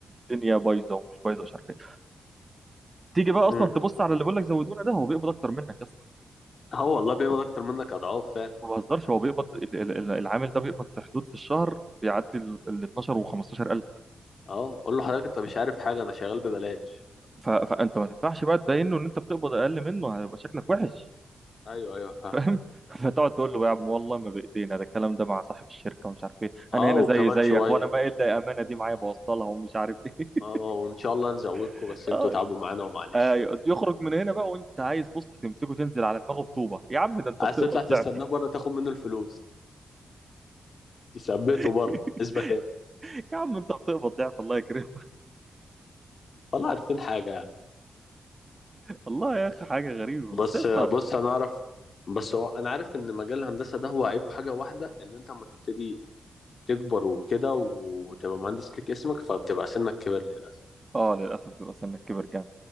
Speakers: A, on the right; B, on the left.
A: الدنيا بايظة ومش بايظة مش عارف ايه تيجي بقى اصلا
B: امم
A: تبص على اللي بيقول لك زودونا ده هو بيقبض اكتر منك يا اسطى
B: اه والله بيقبض اكتر منك اضعاف فعلا
A: ما بهزرش هو بيقبض ال- ال- ال- العامل ده بيقبض في حدود في الشهر بيعدي ال ال 12 و 15000
B: اه قول له حضرتك انت مش عارف حاجة انا شغال ببلاش
A: ف- فانت ما تنفعش بقى تبينه ان انت بتقبض اقل منه هيبقى شكلك وحش
B: ايوه ايوه فاهم
A: فاهم <laughs> فتقعد تقول له يا عم والله ما بايدينا ده الكلام ده مع صاحب الشركه ومش عارف ايه
B: اه
A: انا هنا زي
B: وكمان
A: زيك
B: شوية
A: وانا ما الا الامانه دي معايا بوصلها ومش عارف ايه
B: اه آه، وان شاء الله نزودكم
A: <laughs>
B: بس انتوا تعبوا معانا ومعلش
A: آه
B: وبتاع
A: يخرج من هنا بقى وانت عايز بص تمسكه تنزل على دماغه بطوبه يا عم ده انت
B: عايز
A: بتقبض
B: تطلع تستناه
A: ضعفي
B: بره تاخد منه الفلوس تثبته
A: <laughs>
B: بره اثبت هنا
A: يا عم انت بتقبض ضعف الله يكرمك
B: والله عارفين حاجة يعني.
A: والله يا اخي حاجه غريبه
B: بس
A: بس يا اسطى
B: بص انا اعرف بس هو انا عارف ان مجال الهندسه ده هو عيبه حاجه واحده ان انت لما تبتدي تكبر وكده وتبقى مهندس ليك اسمك فبتبقى سنك كبر للاسف
A: اه للاسف بيبقى سنك كبر جامد